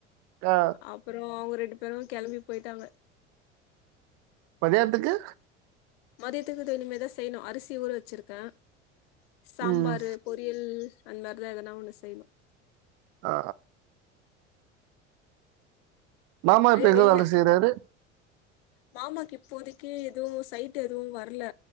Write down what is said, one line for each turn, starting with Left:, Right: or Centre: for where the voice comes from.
Right: ஆ
Left: அப்புறம் அவுங்க ரெண்டு பேரும் கெளம்பி போயிட்டாங்க
Right: பனியாரத்துக்கு
Left: மதியத்துக்கு த இனிம தான் செய்யணும் அரிசி ஊற வச்சிருக்கேன் சாம்பாரு
Right: ம்
Left: பொறியல் அந்தாக்குல எதனா ஒன்னு செய்யணும்
Right: ஆ மாமா
Left: ஒரே
Right: இப்ப எங்க
Left: வெயில
Right: வேல செய்றாரு
Left: மாமாக்கு இப்போதைக்கு எதுவும் சைட் எதுவும் வரல